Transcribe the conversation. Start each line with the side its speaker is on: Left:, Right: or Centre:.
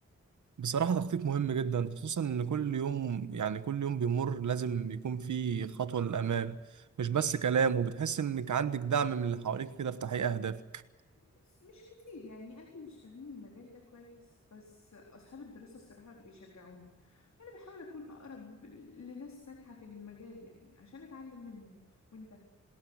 Right: بصراحة تخطيط مهم جدا خصوصا إن كل يوم يعني كل يوم بيمر لازم يكون فيه خطوة للأمام مش بس كلام وبتحس إنك عندك دعم من اللي حواليك كده في تحقيق أهدافك
Left: بس مش كتير يعني اهلي مش فاهمين المجال ده كويس بس اصحاب الدراسة الصراحة بيشجعوني وانا بحاول اكون اقرب لناس ناجحة في المجال يعني عشان اتعلم منهم وانت